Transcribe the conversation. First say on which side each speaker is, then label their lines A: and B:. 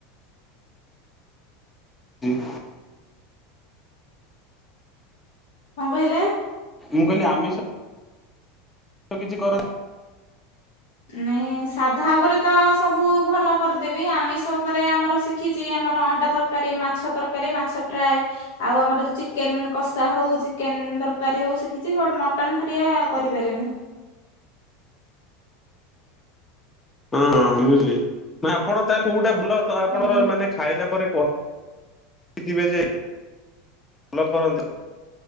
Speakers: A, on the left; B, on the left.
A: <unintelligible>
B: କଣ କହିଲେ?
A: ମୁଁ କହିଲି ଆମିଷ ତ କିଛି କର
B: ନାଇଁ ସାଧା ଉପରେ ତ ସବୁ ଭଲ କରିଦେବି। ଆମିଷ ଉପରେ ଆମର ଶିଖିଛି ଆମର ଅଣ୍ଡା ତରକାରୀ, ମାଛ ତରକାରୀ, ମାଛ ଫ୍ରାଏ। ଆଉ ଆମର ଯଉ ଚିକେନ କଷା ହଉ ଚିକେନ ତରକାରୀ ହଉ ଶିଖିଛି ବଟ ମଟନ ହରିଆ କରିପାରେନି।
A: ହଁ ହଁ ହଁ ବୁଝିଲି। ଆପଣ ତାହେଲେ କୋଉଟା ଭଲ ଆପଣର
B: ଆଜ୍ଞା।
A: ମାନେ ଖାଇଲା ପରେ କ ଥିବେ ଯେ ଭଲ କରନ୍ତି।